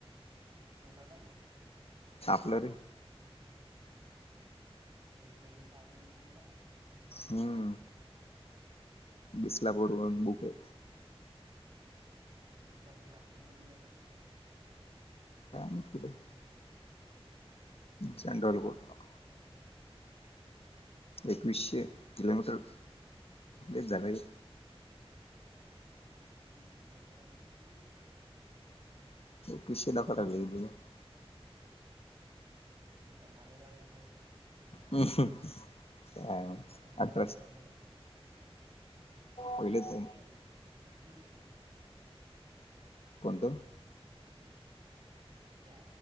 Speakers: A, on the right; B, on the left.
A: गोपाललाल.
B: छापल रे.
A: म्हणजे पहिली साखील दिदी का?
B: हम्म. बिसलापरून बुके.
A: भिसलापूर नागपूरमध्ये जाताना.
B: काय माहिती कुठे जनरल कोठा एकवीसशे किलोमीटर लईच झालंय.
A: बापू एकवीसशे अठराशे तर म्हणले होते.
B: ह <unintelligible> <inaudible>
A: त्या मालेगावात मोजलं.
B: हम्म..
A: हो ना
B: अठराशे.
A: बरोबर आहे ना
B: पहिले
A: अठराशे
B: तर
A: आणि हे तीनशे.
B: कोणतं
A: त्या